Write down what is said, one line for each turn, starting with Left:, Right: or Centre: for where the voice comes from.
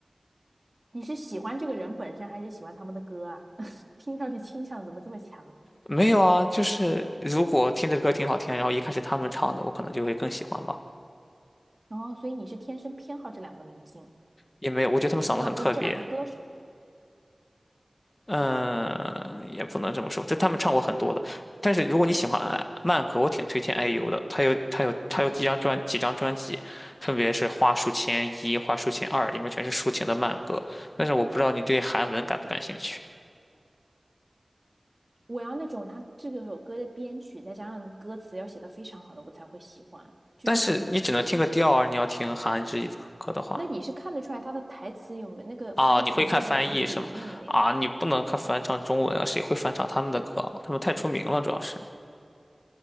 Right: 你是喜欢这个人本身，还是喜欢他们的歌啊？<laughs> 听上去倾向怎么这么强？
Left: 没有啊，就是如果听着歌挺好听，然后一看是他们唱的，我可能就会更喜欢吧。
Right: 然后，所以你是天生偏好这两个明星，
Left: 也没有，我觉得他们嗓子很特别。
Right: 哦，不是这两个歌手。
Left: 嗯，也不能这么说，就他们唱过很多的。但是如果你喜欢呃慢歌，我挺推荐 IU 的。他有他有他有几张专几张专辑，分别是《花书签一》《花书签二》，里面全是抒情的慢歌。但是我不知道你对韩文感不感兴趣。
Right: 我要那种他这个首歌的编曲，再加上歌词要写的非常好的，我才会喜欢。就像，
Left: 但是你只能听个调啊，你要听韩语歌的话。
Right: 那你是看得出来他的台词有没有那个翻成中文有没有底蕴的呀？
Left: 啊，你会看翻译是吗？啊，你不能看翻唱中文啊，谁会翻唱他们的歌？他们太出名了，主要是。